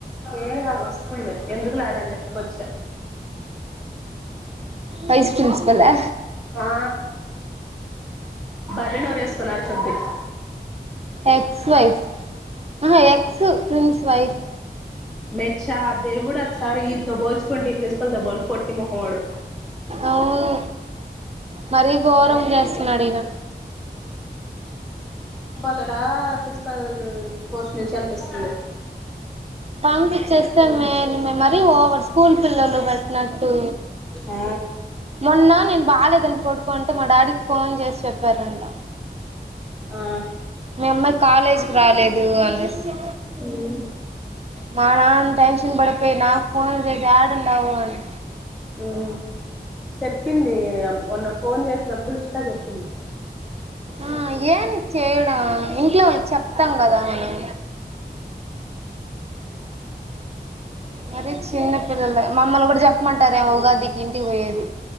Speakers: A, in the centre; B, on the right (about 35°).
A: ఏం కాదు వస్తుంది ఎందుకులే అడ అని చెప్పొచ్చ
B: వైస్ ప్రిన్సిపలా
A: ఆ బర్రెనోరు ఏసుకొని అరుసుద్ది
B: ఎక్స్ వైఫ్ ఆహా ఎక్స్ ప్రిన్స్ వైఫ్
A: మెచ్చా దేవుడు అదిసారి ఈయనతో బోల్చుకోండి ఈ ప్రిన్సిపల్ దబోల్ కొట్టి మొహమోడు
B: అవును మరీ గోరం చేస్తున్నాడు ఈయన
A: ఇక్కడ ప్రిన్సిపల్ పోస్ట్ నుంచి అనిపిస్తుంది
B: పంపిచేస్తే మేలుమే మరి ఓవర్ స్కూల్ పిల్లలు పెట్టినట్టు
A: ఆ
B: మొన్న నేను బాలేదని పడుకుంటే మా డాడీకి ఫోన్ చేసి చెప్పారంట
A: ఆ
B: మీ అమ్మాయి కాలేజీకి రాలేదు అనేసి
A: ఉమ్
B: మా నాన్న టెన్షన్ పడిపో యి నా ఫోన్ జేసి ఏడుండవూ అని
A: ఉ చెప్పింది మొన్న ఫోన్ చేసినప్పుడు ఉషిత చెప్పింది
B: ఆ ఏనికి చేయడం ఇం ఇంట్లో వాళ్ళకి చెప్తాం కదా మనం మరి చిన్న పిల్లలు మమ్మల్ని కూడా చెప్పమంటారేమో ఉగాదికి ఇంటికి పోయేది